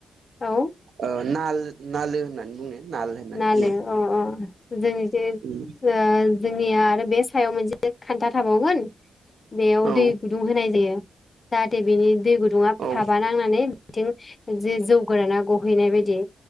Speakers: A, on the left; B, on the right.
A: औ
B: ओ नाल ओ नालो होननानै बुङो। नाल होननानै
A: नालो
B: बुङो
A: अ अ। जोंनिथिं
B: उम
A: ओ जोंनि आरो बे सायाव मोनसे खान्था थाबावगोन बेयाव
B: औ
A: दै गुदुं होनाय जायो जाहाथे बेनि दै गुदुङा
B: औ
A: थाबा नांनानै थिं जि जौ गोराना गहैनाय बायदि।